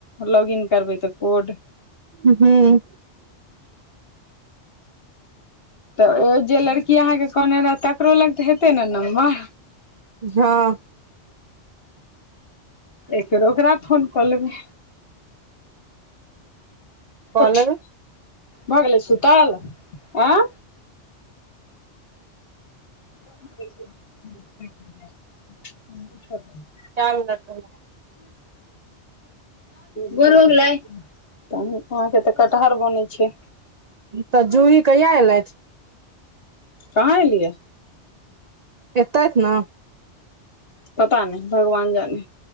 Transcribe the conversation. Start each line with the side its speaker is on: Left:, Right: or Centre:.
Left: लॉगिन करबै तऽ कोड
Right: हूं हूँ
Left: तऽ जे लड़की अहाँके कहने रहै तकरो लग तऽ हेतइ ने नम्बर
Right: हाँ
Left: एक बेेर ओकरा फोन कऽ लेबइ
Right: कऽ
Left: उठ
Right: लेबै
Left: भऽ गेलै सुतल आय <inaudible>
Right: काम लत <unintelligible>
Left: गर ल त अहाँके तऽ कटहर बनैत छय
Right: तऽ जूही कहिया एलइथ
Left: कहाँ एलियै
Right: एतयत ने
Left: पता नय भगवान जानी